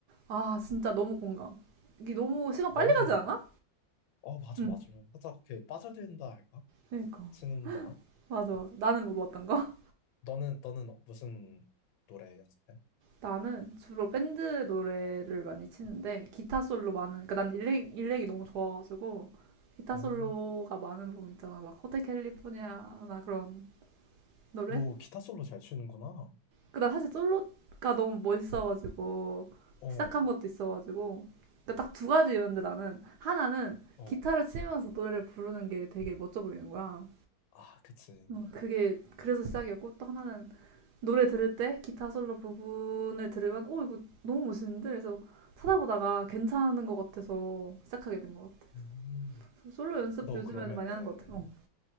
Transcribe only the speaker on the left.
너는
어 맞아
맞아. 살짝 그 빠져든다 할까?
치는 동안?
너는 너는 무슨 노래 연습해?
오.
너 기타 솔로 잘 치는구나.
어,
어.
아, 그치.
음.
너
그러면은